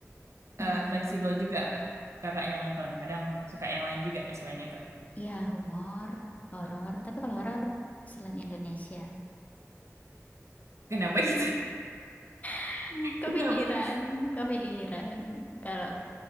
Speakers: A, on the left; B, on the right.
A: gimana?
B: eh, fleksibel juga kakaknya nonton. Kadang suka yang lain juga selain itu.
A: Ya humor, horor. Tapi kalau horor selain Indonesia,
B: Kenapa gitu?
A: <laughs>
B: <laughs>
A: kepikiran,
B: Kenapa gitu?
A: kepikiran. Kalau